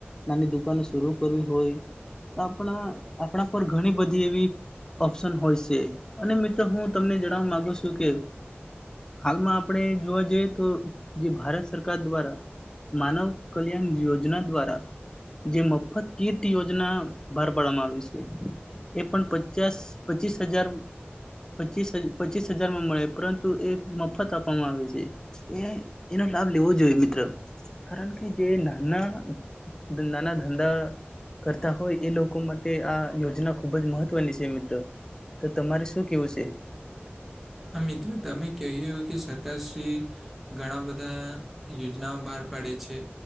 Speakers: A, on the left; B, in the centre.
A: નાની દુકાનો શરૂ કરવી હોય તો આપણા આપણા પર ઘણી બધી એવી ઓપ્શન હોય છે અને મિત્રો હું તમને જણાવવા મામાંગુ છું કે હાલમાં આપણે જોવા જઈએ તો જે ભારત સરકાર દ્વારા માનવ કલ્યાણ યોજના દ્વારા જે મફત કીર્ટ યોજના બહાર પાડવામાં આવી છે એ પણ પચાસ પચીસ હજાર પચીસ પચીસ હજારમાં મળે પરંતુ એ મફત આપવામાં આવે છે. એ એનો લાભ લેવો જોઈએ મિત્ર કારણ કે જે નાના નાના ધંધા કરતા હોય એ લોકો માટે આ યોજના ખુબ જ મહત્વની છે મિત્રો તો તમારે શું કેવું છે
B: હા મિત્રો તમે કહ કે સરકાર શ્રી ઘણા બધા યોજનાઓ બહાર પાડે છે